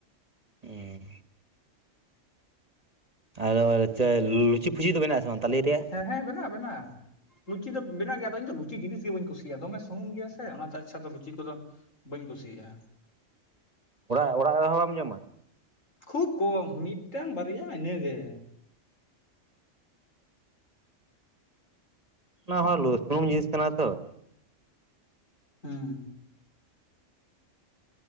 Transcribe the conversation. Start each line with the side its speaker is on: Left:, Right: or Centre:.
Right: ᱩᱸ᱾ ᱟᱫᱚ <unintelligible> ᱞᱩᱪᱤ-ᱯᱷᱩᱪᱤ ᱠᱚ ᱵᱮᱱᱟᱣ ᱟᱥᱮ ᱵᱟᱝ ᱛᱟᱞᱮ ᱨᱮᱭᱟᱜ?
Left: ᱮᱸ ᱦᱮᱸ ᱵᱮᱱᱟᱣ ᱵᱮᱱᱟᱣ᱾ ᱞᱩᱪᱤ ᱫᱚ ᱵᱮᱱᱟᱜ ᱜᱮᱭᱟ ᱟᱫᱚ ᱤᱧᱫᱚ ᱞᱩᱪᱤ ᱡᱤᱱᱤᱥ ᱜᱮ ᱵᱟᱹᱧ ᱠᱩᱥᱤᱭᱟᱜᱼᱟ ᱫᱚᱢᱮ ᱥᱩᱱᱩᱢ ᱜᱮᱭᱟ ᱥᱮ ᱚᱱᱟᱛᱮ ᱟᱪᱪᱷᱟ ᱫᱚ ᱞᱩᱪᱤ ᱠᱚᱫᱚ ᱵᱟᱹᱧ ᱠᱩᱥᱤᱭᱟᱜ-ᱟ᱾
Right: ᱚᱲᱟᱜ ᱚᱲᱟᱜ ᱨᱮᱦᱚᱸ ᱵᱟᱢ ᱡᱚᱢᱟ?
Left: ᱠᱷᱩᱵ ᱠᱚᱢ ᱢᱤᱫᱴᱟᱝ ᱵᱟᱨᱭᱟ ᱤᱱᱟᱹᱜᱮ᱾
Right: ᱚᱱᱟ ᱦᱚᱸ ᱞᱳ ᱥᱩᱱᱩᱢ ᱡᱤᱱᱤᱥ ᱠᱟᱱᱟ ᱛᱚ᱾
Left: ᱦᱩᱸ᱾